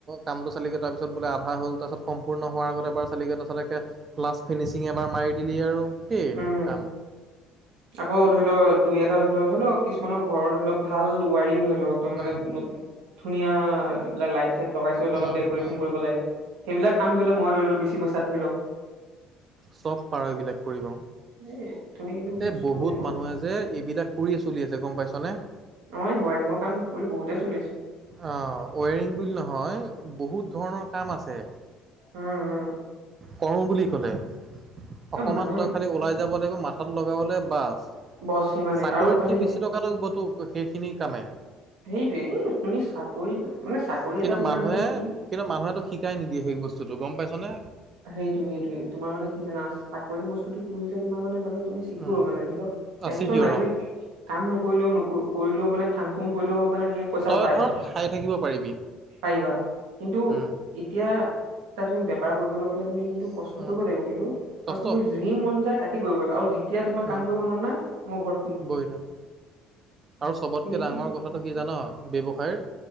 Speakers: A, on the right; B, on the right.
A: কামটো চালিগৈ তাৰপিছত বোলে আধা হ'ল। তাৰপিছত সম্পূৰ্ণ হোৱাৰ আগত এবাৰ চালিগৈ তাৰপিছত একে লাষ্ট ফিনিচিঙ এবাৰ মাৰি দিলি আৰু। সেই
B: উম,
A: কাম
B: আকৌ ধৰিলো দুই এটা ধৰি লও, ধৰি লওক কিছুমানৰ ঘৰৰ ধৰি লওক ভাল ৱায়ৰিং ধৰি লওক। একদম মানে
A: উম
B: ধুনীয়া, এইবিলাক লাইট চাইট লগাইছে অলপ
A: অ
B: ডেক'ৰেচন
A: অ
B: কৰিব লাগে। সেইবিলাক কাম ধৰি ল মই লৈ ললো বেছি পইচাত ধৰি লও।
A: চব পাৰ এইবিলাক কৰিব।
B: এই তুমি কিন্তু
A: এই
B: বস্তু
A: বহুত
B: মই
A: মানুহে যে এইবিলাক কৰিয়ে চলি আছে গ'ম পাইছনে।
B: অ ৱাৰিঙৰ কাম কৰি বহুতেই চলি আছে।
A: অ ৱৰিং বুলি নহয় বহুত ধৰণৰ কাম আছে।
B: উম, উম।
A: কৰো বুলি ক'লে। অকমান
B: এ মানে
A: তই খালি ওলাই যাব লাগিব মা লগাবলে বাছ।
B: বছ ইমানে
A: চাকৰিত
B: আৰু খালি
A: কি বেছি টকা তোক সেইখিনি কামে।
B: সেইটোয়ে তুমি চাকৰিত মানে চাকৰি
A: কিন্তু
B: এটা তোমাৰ
A: মানুহে,
B: ধৰি লও কি
A: কিন্তু মানুহেটো শিকাই নিদিয়ে সেই বস্তুতটো গ'ম পাইছনে?
B: সেইটোয়ে সেইটোয়ে তোমাৰ মানে কি জানা চাকৰি বস্তুতটো পুৰিছে তোমাৰ মানে ধৰিলওঁক তুমি চিক'ৰ
A: উম,
B: মানে ধৰি লওক টেনচন
A: চিকিয়ৰ
B: নাই তুমি
A: অ'।
B: কাম নকৰিলেও কৰিলেও মানে ফাং ফুং কৰিলেও মানে তুমি পইচা
A: তই
B: পাবায়।
A: ধৰ খাই থাকিব পাৰিবি।
B: পাৰিবা, কিন্তু
A: উম,
B: এতিয়া তাত তুমি বেপাৰ কৰিবলৈ গ'লে তুমি কিন্তু কষ্ট
A: উম,
B: কৰিব লাগিব, কিন্তু
A: কষ্ট
B: আৰু তুমি যি মন যায় তাকে কৰিব পাৰিব। আৰু যেতিয়া তোমাৰ
A: উম,
B: কাম কৰিব মন নাই মোৰ ঘৰ
A: বহি থাক। আৰু চবতকৈ
B: সেইটো
A: ডাঙৰ কথাটো কি জানা ব্যৱসায়ৰ